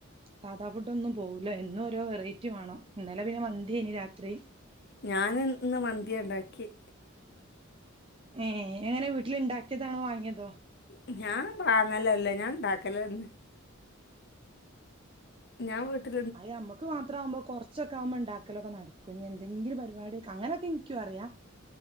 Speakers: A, on the right; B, on the left.
A: സാധാ ഫുഡൊന്നും പോവൂല എന്നും ഓരോ വെറൈറ്റി വേണം ഇന്നലെ പിന്നെ മന്തിയ്നി രാത്രി
B: ഞാന് ഇന്ന് മന്തിയാണ്ടാക്കിയെ
A: ഏഹ് എങ്ങനെ വീട്ടില് ഇണ്ടാക്കിയതാണോ വാങ്ങിയതോ
B: ഉം ഞാൻ വാങ്ങലല്ല ഞാണ്ടാക്കലന്നെ ഞാൻ വീട്ടില്
A: അയ് യമ്മക്ക് മാത്രവുമ്പോ കൊർ ച്ചൊക്കെ വുമ്പോ ണ്ടാക്കലൊക്കെ നടക്കും ഞ്ഞി എന്തെങ്കിലും പരിവാടിക്കെ അങ്ങനൊക്കെ ൻക്കും അറിയാ